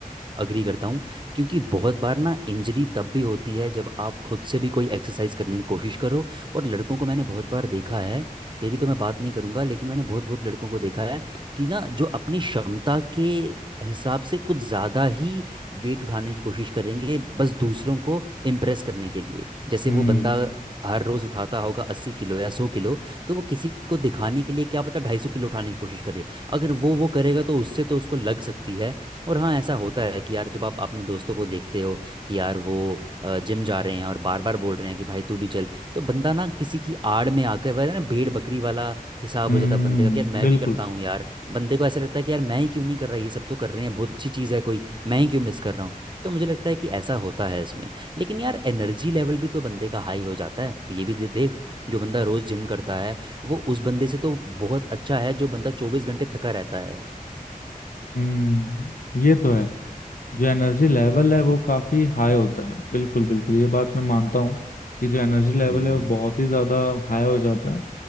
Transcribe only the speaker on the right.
अग्री करता हूँ क्योंकि बहुत बार ना इंजरी तब भी होती है जब आप खुद से भी कोई एक्सरसाइज करने की कोशिश करो और लड़कों को मैंने बहुत बार देखा है तेरी तो मैं बात नहीं करूँगा लेकिन मैंने बहुत बहुत लड़कों को देखा है कि ना जो अपनी क्षमता के हिसाब से कुछ ज़्यादा ही वेट उठाने की कोशिश करेंगे बस दूसरों को इम्प्रेस करने के लिए जैसे
वो बंदा हर रोज़ उठाता होगा अस्सी किलो या सौ किलो तो वो किसी को दिखाने के लिए क्या पता ढाई सौ किलो उठाने की कोशिश अगर वो वो करेगा तो उससे तो उसको लग सकती है और हाँ ऐसा होता है कि यार जब आप अपने दोस्तों को देखते हो कि यार वो जिम जा रहे हैं और बार बार बोल रहे हैं कि भाई तू भी चल तो बंदा ना किसी की आड़ में आकर वह ना भेड़ बकरी वाला हिसाब
हो जाता है बंदे का कि यार मैं
भी करता हूँ यार बंदे को ऐसा लगता है कि यार मैं ही क्यों नहीं कर रहा ये सब तो कर रहे हैं बहुत अच्छी चीज़ है कोई मैं ही क्यों मिस कर रहा हूँ तो मुझे लगता है कि ऐसा होता है इसमें लेकिन यार एनर्जी लेवल भी तो बंदे का हाई हो जाता है ये भी दे- देख जो बंदा रोज़ जिम करता है वो उस बंदे से तो बहुत अच्छा है जो बंदा चौबीस घंटे थका रहता है
है
ना
हम्म